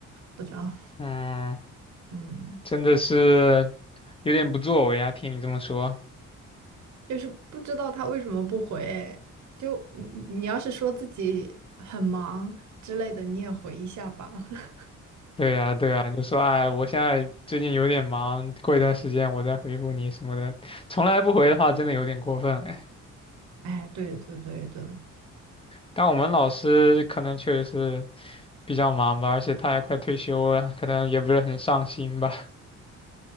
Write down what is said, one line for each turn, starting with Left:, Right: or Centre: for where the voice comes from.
Right: 不知道，
Left: 嗯，
Right: 嗯，
Left: 真的是有点不作为啊，听你这么说。
Right: 就是不知道他为什么不回哎就你你要是说自己很忙之类的，你也回一下吧。<laughs>
Left: 对呀，对呀，你就说哎，我现在最近有点忙，过一段时间我再回复你什么的，从来不回的话，真的有点过分哎。
Right: 哎，对对对对，
Left: 但我们老师可能确实是比较忙吧，而且他也快退休了，可能也不是很上心吧，